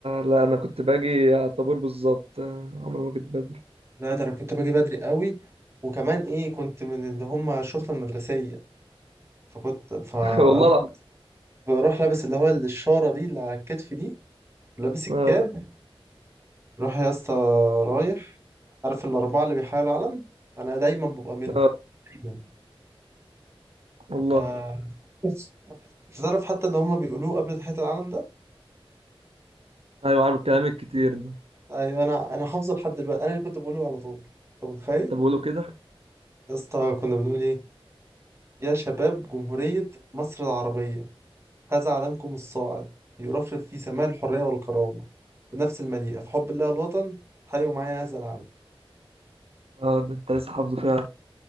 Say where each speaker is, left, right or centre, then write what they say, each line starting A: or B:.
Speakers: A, on the right; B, on the right.
A: لا أنا كنت باجي على الطابور بالظبط آه، عمري ما جيت بدري
B: لا ده انا كنت باجي بدري قوي وكمان ايه كنت من اللي هم الشرطه المدرسيه فكنت فاروح
A: <laughs> والله العظيم
B: بروح لابس اللي هو الشاره دي اللي على الكتف دي ولابس الكاب
A: آه
B: روح يا اسطى رايح عارف الاربعه اللي بيحاولوا العلم انا دايما ببقى منهم
A: آه
B: دايما
A: والله
B: ف بس انت تعرف حتى اللي هم بيقولوه قبل تحيه العلم ده
A: أيوه عارف الكلام الكتير ده
B: ايوه انا انا حافظه لحد دلوقتي انا اللي كنت بقوله على طول انت متخيل
A: أنت بقوله كده؟
B: يا اسطى كنا بنقول ايه يا شباب جمهوريه مصر العربيه هذا علمكم الصاعد يرفرف في سماء الحرية والكرامة بنفس المليئة في حب الله والوطن حيوا معايا هذا العلم
A: آه ده أنت لسه حافظه فعلا